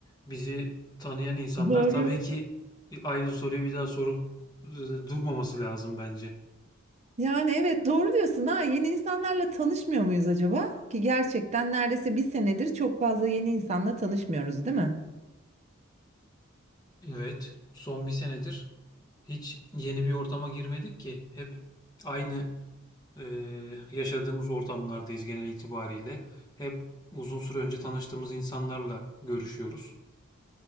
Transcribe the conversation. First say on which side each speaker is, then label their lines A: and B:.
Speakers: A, on the left; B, on the right.
A: bizi tanıyan insanlar
B: Doğru.
A: tabii ki aynı soruyu bir daha sorup e, durmaması lazım bence.
B: Yani evet doğru diyorsun ha yeni insanlarla tanışmıyor muyuz acaba? Ki gerçekten neredeyse bir senedir çok fazla yeni insanla tanışmıyoruz değil mi?
A: Evet, son bir senedir hiç yeni bir ortama girmedik ki. Hep aynı e, yaşadığımız ortamlardayız genel itibariyle. Hep uzun süre önce tanıştığımız insanlarla görüşüyoruz.